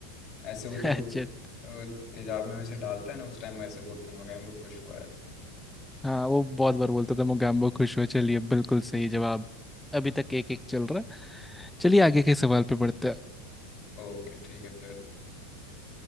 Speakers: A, on the left; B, in the centre.
A: ऐसे वो
B: <laughs>
A: जो
B: अच्छा
A: अ, तेजाब में वैसे डालता है ना उस टाइम वैसे बोलते हैं मगर हम लोग खुश हुआ है
B: हाँ वो बहुत बार बोलता था मोगैम्बो खुश हुआ चलिए बिल्कुल सही जवाब अभी
A: हाँ
B: तक एक एक चल रहा चलिए आगे के सवाल पे बढ़ते हैं
A: ओके ठीक है फिर